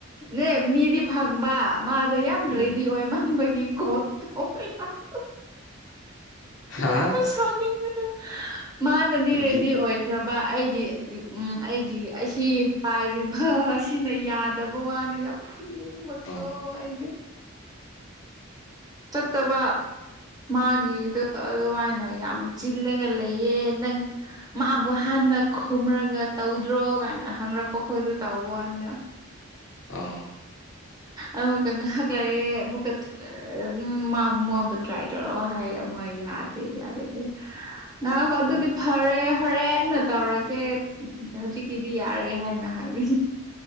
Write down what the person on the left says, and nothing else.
ꯎꯝ
ꯍꯥꯥ
ꯑꯗꯨꯗꯤ
ꯑꯥ
ꯑꯥ
ꯑꯥ